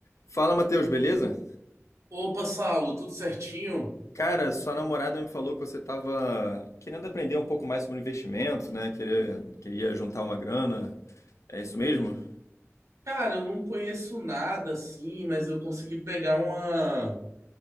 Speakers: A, on the left (about 80°); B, on the right (about 80°).
A: Fala, Matheus, beleza?
B: Opa, Saulo, tudo certinho?
A: Cara, sua namorada me falou que você estava querendo aprender um pouco mais sobre investimento, né? Queria, queria juntar uma grana. É isso mesmo?
B: Cara, eu não conheço nada assim, mas eu consegui pegar uma.